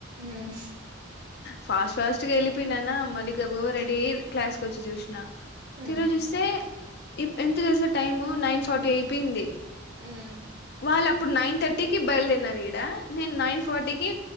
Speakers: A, on the right; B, on the left.
A: మ్మ్
B: ఫాస్ట్ ఫాస్ట్గా వెళ్ళిపోయినానా మళ్ళీ గబా గబా రెడీ అయి క్లాస్కి వచ్చి చూసినా
A: ఉమ్
B: తిరిగుచుస్తే ఎంతా తెలుసా టైము నైన్ ఫార్టీ అయిపోయింది
A: మ్మ్
B: వాళ్ళు అప్పుడు నైన్ థర్టీకి బయలుదేరినారు ఈడ నేను నైన్ ఫార్టీకి